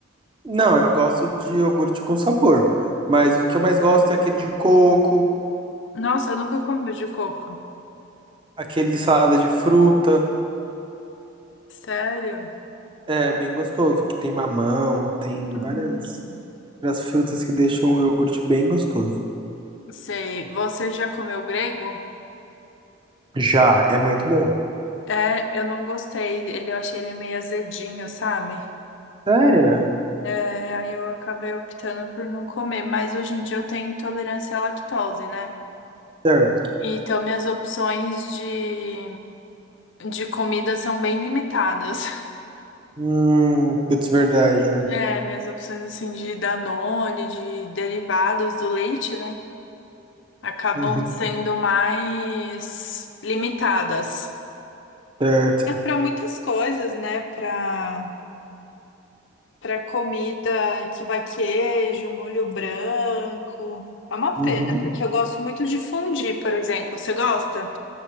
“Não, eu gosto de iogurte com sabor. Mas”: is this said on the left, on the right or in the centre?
Right